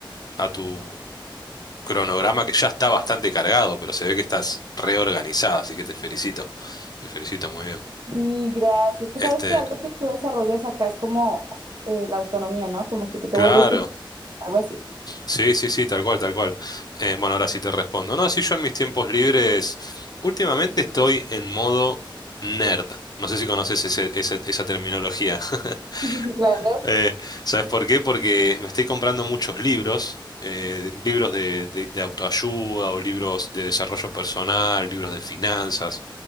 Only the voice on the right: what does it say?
Y gracias. Pues
sabes que algo que tú desarrollas acá es como eh, la autonomía, ¿no? Como que tú te
vuelves tú, algo así.
Sí, sí, sí, claro.